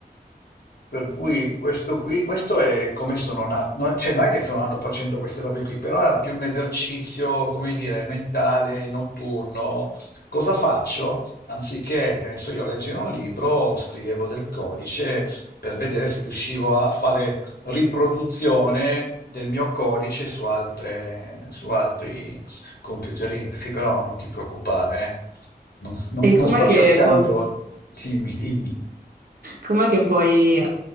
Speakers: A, on the left (about 65°); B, on the right (about 60°).
A: per cui questo qui, questo è come sono nato, no, cioè non è che sono nato facendo queste robe qui, però era più un esercizio, come dire, mentale, notturno. Cosa faccio? Anziché, che ne so io, leggere un libro, scrivevo del codice per vedere se riuscivo a fare riproduzione del mio codice su altre, su altri computerini. Sì, però non ti preoccupare, eh. Non, s- non-
B: E
A: non
B: com'è
A: sto
B: che
A: cercando...
B: poi,
A: Dimmi, dimmi.
B: com'è che poi eh,